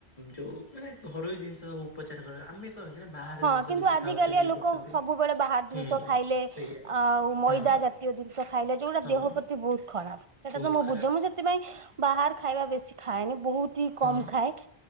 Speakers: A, on the left; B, on the right.
A: ଯୋଉ ମାନେ ଘରୋଇ ଜିନିଷ ସବୁ ଉପଚାର କରିବା ଆମେ ହ ବାହାର
B: ହଁ
A: ଜିନିଷ
B: କିନ୍ତୁ
A: ବେଶି
B: ଆଜିକାଲିଆ
A: ଖାଉଛନ୍ତି। ଇଏ
B: ଲୋକ
A: କରୁଛନ୍ତି
B: ସବୁବେଳେ ବାହାର ଜିନିଷ
A: ହୁଁ
B: ଖାଇଲେ
A: ସେଇଆ
B: ଆଉ ମଇଦା
A: ହଁ
B: ଜାତୀୟ ଜିନିଷ ଖାଇଲେ ଯୋଉଗୁଡା
A: ହଁ
B: ଦେହ ପ୍ରତି ବହୁତ ଖରାପ। ସେଟା
A: ବହୁତ
B: ତ ମୁଁ
A: ଖରାପ
B: ବୁଝ ମୁଁ ସେଥିପାଇଁ ବାହହାର ଖାଇବା ବେଶୀ ଖାଏନି। ବହୁତ ହି
A: ହଁ
B: କମ ଖାଏ